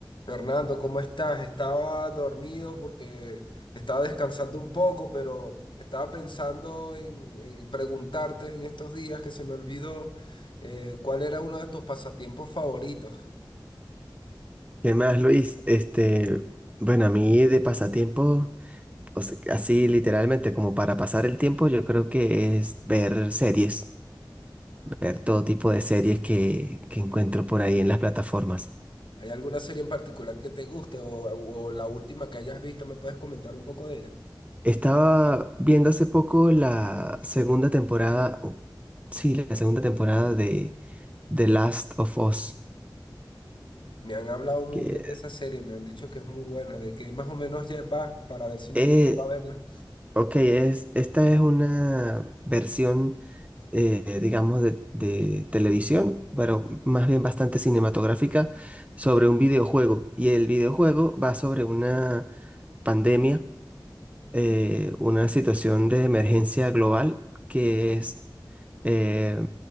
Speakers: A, on the left; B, on the right.
A: Fernando, ¿cómo estás? Estaba dormido porque estaba descansando un poco, pero estaba pensando en, en preguntarte en estos días que se me olvidó eh, cuál era uno de tus pasatiempos favoritos.
B: ¿Qué más, Luis? Este, bueno, a mí de pasatiempo, o sea, así literalmente como para pasar el tiempo, yo creo que es ver series, ver todo tipo de series que, que encuentro por ahí en las plataformas.
A: ¿Hay alguna serie en particular que te guste o, o la última que hayas visto? ¿Me puedes comentar un poco de ella?
B: Estaba viendo hace poco la segunda temporada, o sí, la segunda temporada de The Last of Us,
A: Me han hablado muy
B: que
A: bien de esa serie, me han dicho que es muy buena, de que más o menos ya vas para ver si me
B: eh,
A: motivo a verla.
B: Ok, es, esta es una versión, eh, digamos, de, de televisión, pero más bien bastante cinematográfica, sobre un videojuego. Y el videojuego va sobre una pandemia, eh, una situación de emergencia global que es eh,